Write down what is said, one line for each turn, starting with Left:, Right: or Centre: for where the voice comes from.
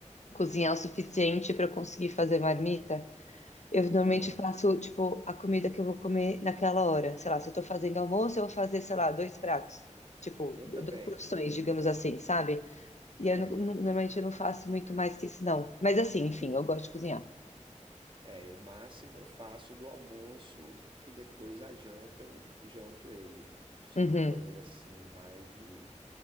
Left: cozinhar o suficiente para eu conseguir fazer marmita. Eu normalmente
Right: Ah,
Left: faço, tipo, a comida que eu vou comer naquela hora. Sei lá, se eu tô fazendo almoço, eu vou fazer, sei lá, dois pratos. Tipo,
Right: eu
Left: du-
Right: também.
Left: duas porções,
Right: Hum,
Left: digamos assim, sabe? E
Right: É.
Left: eu, não- não- normalmente eu não faço muito mais que isso, não. Mas assim, enfim, eu gosto de cozinhar.
Right: É, eu máximo eu faço do almoço que depois a janta eu janto ele. Se
Left: Uhum,
Right: eu vou fazer assim mais de,